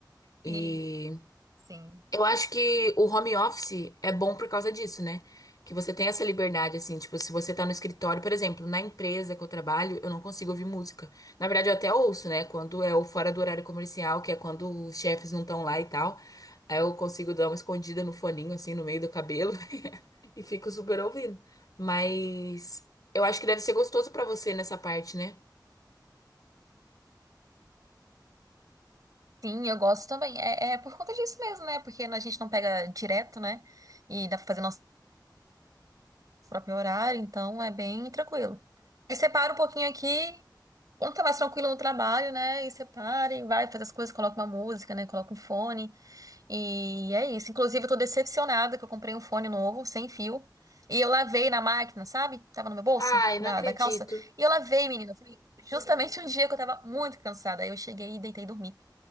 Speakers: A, on the left; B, on the right.
A: E
B: Sim, sim.
A: eu acho que o home office é bom por causa disso, né? Que você tem essa liberdade, assim, tipo, se você tá no escritório, por exemplo, na empresa que eu trabalho, eu não consigo ouvir música. Na verdade, eu até ouço, né? Quando é o fora do horário comercial, que é quando os chefes não estão lá e tal. Aí eu consigo dar uma escondida no foninho, assim, no meio do cabelo <laughs> e fico super ouvindo. Mas eu acho que deve ser gostoso pra você nessa parte, né?
B: Sim, eu gosto também. É, é por conta disso mesmo, né? Porque a gente não pega direto, né? E dá pra fazer nosso próprio horário, então é bem tranquilo. Aí separa um pouquinho aqui, quando tá mais tranquilo no trabalho, né? E separa e vai faz as coisas, coloca uma música, né? Coloca um fone. E é isso. Inclusive, eu tô decepcionada que eu comprei um fone novo, sem fio. E eu lavei na máquina, sabe? Tava no meu bolso,
A: Ai, não
B: da,
A: acredito.
B: da calça. E eu lavei, menina. Foi justamente um dia que eu tava muito cansada. Aí eu cheguei e deitei e dormi.